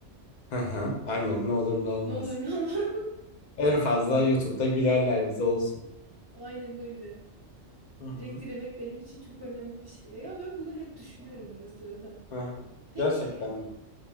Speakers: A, on the left; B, on the right.
A: Hı hı. Aynen ne olur ne olmaz.
B: Ne olur ne olmaz.
A: En fazla YouTube'da gülerler bize olsun.
B: <laughs> Aynen öyle.
A: Hı hı.
B: Dilek dilemek benim için çok önemli bir şey. Ya ben bunu hep düşünüyorum
A: Hı hı.
B: ara sıra da.
A: Hı hı.
B: Peki.
A: Gerçekten mi?